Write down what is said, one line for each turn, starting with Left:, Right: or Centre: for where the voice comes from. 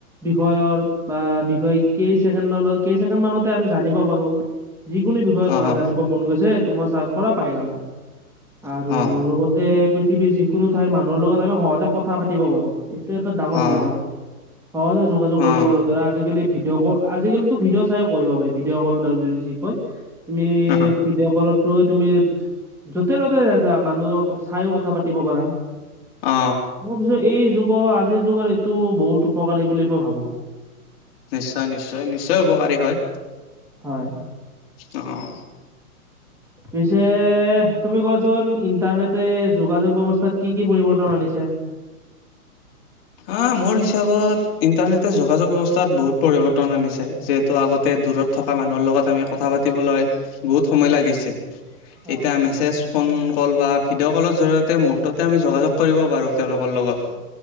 Centre: বিষয়ৰ বা বিষয় কেইছেকেণ্ড কেইছেকেণ্ড মানতে আমি জানিব পাৰো যিকোনো বিষয়ে
Left: অ
Centre: ধৰা
Left: অ
Centre: জানিব মন গৈছে তোমাৰ চাৰ্জ কৰা পাই গালা আৰু
Left: অ
Centre: লগত পৃথিৱীৰ যিকোনো ঠাইৰ মানুহৰ লগত আমি সহজে কথা পাতিব পাৰো এইটো এটা ডাঙৰ সুবিধা
Left: অ
Centre: হয় সহজে যোগাযোগ কৰিব
Left: অ
Centre: পাৰো ধৰা আজিকালি ভিডিঅ' কল আজিকালিতো ভিডিঅ' চাই কৰিব পাৰি ভিডিঅ' কল তা বুলি যি কয় তুমি
Left: অ
Centre: ভিডিঅ' কলটো তুমি য'তে-ত'তে মানুহক চাইয়ো কথা পাতিব পাৰা
Left: অ
Centre: মই ভাবিছো এই যুগৰ আজিৰ যুগৰ এইটো বহুত উপকাৰী বুলি মই ভাবো
Left: নিশ্চয় নিশ্চয় নিশ্চয় উপকাৰী হয়
Centre: হয়
Left: অ'।
Centre: পিছে তুমি কোৱাচোন ইণ্টাৰনেটে যোগাযোগ ব্যৱস্থাত কি কি পৰিৱৰ্তন আনিছে?
Left: অ', মোৰ হিচাপত ইণ্টাৰনেটে যোগাযোগ ব্যৱস্থাত বহুত পৰিৱৰ্তন আনিছে যিহেতু আগতে দূৰত থকা মানুহৰ লগত আমি কথা পাতিবলৈ বহুত সময় লাগিছিল
Centre: হয়
Left: এতিয়া মেছেজ ফোন কল বা ভিডিঅ' কলৰ জৰিয়তে মুহূৰ্ততে আমি যোগাযোগ কৰিব পাৰো তেওঁলোকৰ লগত।